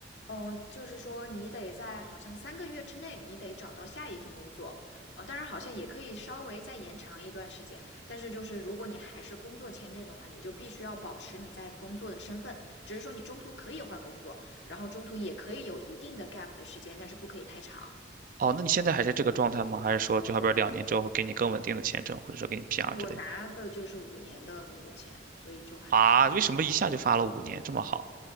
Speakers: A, on the left (about 85°); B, on the right (about 50°).
A: 嗯，就是说你得在好像三个月之内，你得找到下一份工作。哦，当然好像也可以稍微再延长一段时间，但是就是如果你还是工作签证的话，你就必须要保持你在工作的身份，只是说你中途可以换工作，然后中途也可以有一定的 gap 的时间，但是不可以太长。
B: 哦，那你现在还是这个状态吗？还是说就好比说两年之后会给你更稳定的签证，或者说给你 PR
A: 我拿的就是五年的工作签，
B: 之类的？
A: 所以就还挺稳。
B: 啊，为什么一下就发了五年这么好？